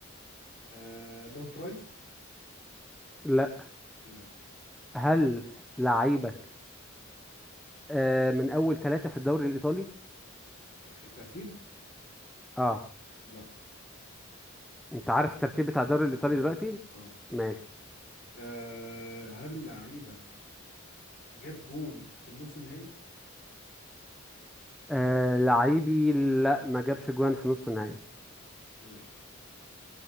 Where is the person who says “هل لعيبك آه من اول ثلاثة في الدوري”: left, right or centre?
Centre